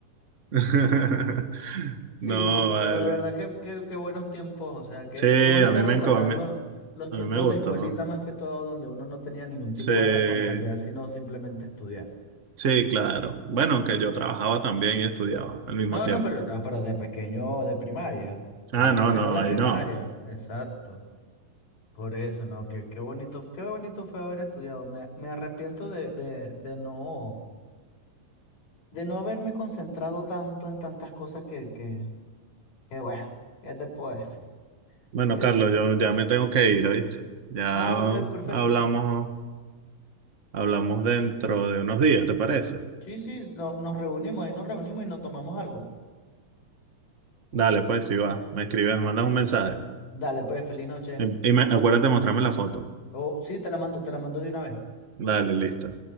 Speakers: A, on the right; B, on the left.
A: <laughs>
B: Sí,
A: No, vale.
B: pero de verdad que qué, qué buenos tiempos, o sea, qué,
A: Sí,
B: qué bonito
A: a mí
B: recordar
A: me, enco- a mí
B: los,
A: a
B: los tiempos
A: mí me gustó.
B: de escuelita más que todo, donde uno no tenía ningún tipo
A: Sí,
B: de responsabilidad, sino simplemente estudiar.
A: sí, claro. Bueno, aunque yo trabajaba también y estudiaba al mismo
B: No,
A: tiempo.
B: no, pero, no, pero de pequeño, de primaria. Yo
A: Ah,
B: me refiero
A: no, no,
B: a la
A: ahí
B: primaria,
A: no.
B: exacto. Por eso, ¿no? Qué, qué bonito, qué bonito fue haber estudiado. Me, me arrepiento de, de, de no, de no haberme concentrado tanto en tantas cosas que, que, que bueno, ¿qué te puedo decir?
A: Bueno,
B: Que,
A: Carlos, yo ya me tengo que ir, ¿oíste? Ya
B: ah, ok, perfecto.
A: hablamos, hablamos dentro de unos días, ¿te parece?
B: Sí, sí, no- nos reunimos, ahí nos reunimos y nos tomamos algo.
A: Dale, pues, si va, me escribes, me mandas un mensaje.
B: Dale, pues, feliz noche.
A: Em- em- Acuérdate de mostrarme la foto.
B: O sí, te la mando, te la mando de una vez.
A: Dale, listo.